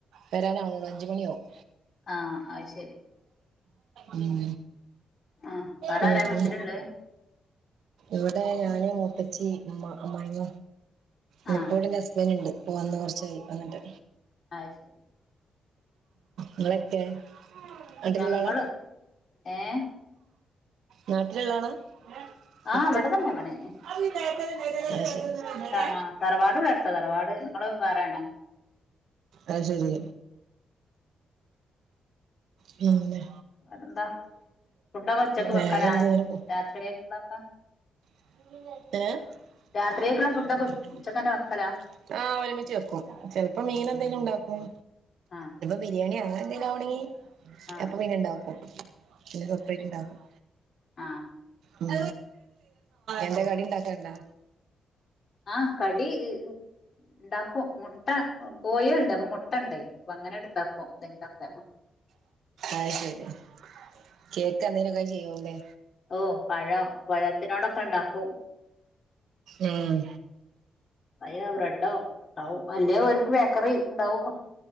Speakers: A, on the right; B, on the left.
A: വരാനാവുള്ളൂ അഞ്ചമണിയാവും
B: ആഹ് അയ് ശെരി
A: ഉം
B: ആഹ് വേറെ
A: ഉം പിന്നെ
B: ആരാ വീട്ടിലുള്ളെ
A: ഇവിടെ ഞാന് മുത്തച്ചി ഇമ്മ അമ്മായിമ നിപ്പോ
B: ആഹ്
A: ഇവടെ എന്റെ ഹസ്ബന്റ്ണ്ട് പ്പ വന്ന് കൊർച്ചയായി വന്നിട്ട്
B: അ ശരി
A: ങ്ങളെക്കേ നാട്ടിലുള്ള
B: ഞങ്ങള്
A: ആള
B: ഏഹ്
A: നാട്ടിലള്ളാളാ
B: ആഹ്
A: ഇക്ക
B: ഇവിടെ തന്നെ പണി
A: ആയ് ശെരി ഇബടെ
B: ആഹ് തറവാട് ഇവിടെ അടുത്താ തറവാട് ഞങ്ങള് വേറെയാണ്
A: അയ് ശരി പിന്നെ
B: വേറെന്താ ഫുഡൊക്കെ ഉച്ചക്ക് വെക്കലാ
A: വേറെന്തേങ്ങനെ പോണ്
B: <unintelligible>
A: ഏഹ്
B: രാത്രിയേക്കുള്ള ഫുഡൊക്കെ ഉച്ചക്കന്നെ വെക്കലാ
A: ആഹ് ഒരുമിച്ച് വെക്കും ചെൽപ്പോ മീനെന്തെങ്കിലും ഉണ്ടാക്കും
B: ആഹ്
A: ബിരിയാണി അങ്ങനെ എന്തേലും ആവുണെങ്കിൽ
B: ആഹ്
A: അപ്പൊ പിന്നെ ഇണ്ടാക്കും പിന്നെ
B: അത്
A: സെപ്പറേറ്റ്
B: ശരി
A: ഇണ്ടാക്കും
B: ആഹ്
A: ഉം എന്താ കടി ഉണ്ടാക്കണ്ടാ
B: ആഹ് കടിഇ ഈ ണ്ടാക്കും മുട്ട കോയേൾണ്ട് അപ്പൊ മുട്ടണ്ട് അപ്പ അങ്ങനെട്ട്ണ്ടാകും എന്തെന്തൊക്കെ
A: അയ് ശരി കേക്ക് എന്തേനൊക്കെ ചെയ്യല്ലേ
B: ഓ പഴം പഴത്തിനോടൊക്കെ ഉണ്ടാക്കും
A: ഉം
B: പയ്യോ ബ്രെഡോ ഉണ്ടാവും അല്ലേ ഓൽക്ക് ബേക്കറിണ്ടാവും